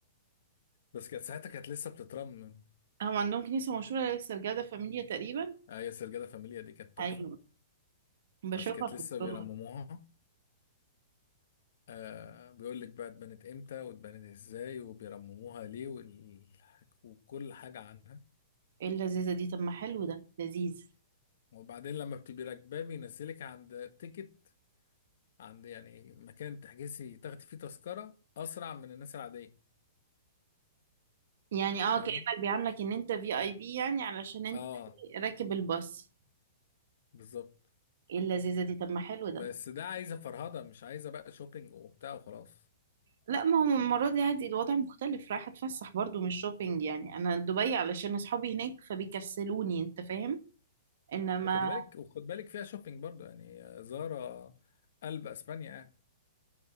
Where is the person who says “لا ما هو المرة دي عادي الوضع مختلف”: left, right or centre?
Right